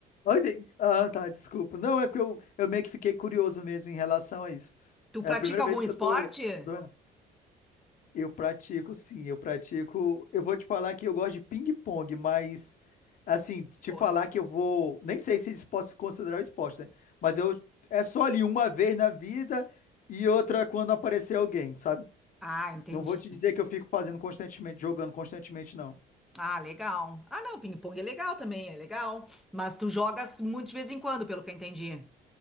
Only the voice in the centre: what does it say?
Tu
pratica
algum
esporte?
Boa.
Ah, entendi.
Ah, legal. Ah, não, ping-pong é legal também, é legal. Mas tu jogas muito de vez em quando, pelo que eu entendi.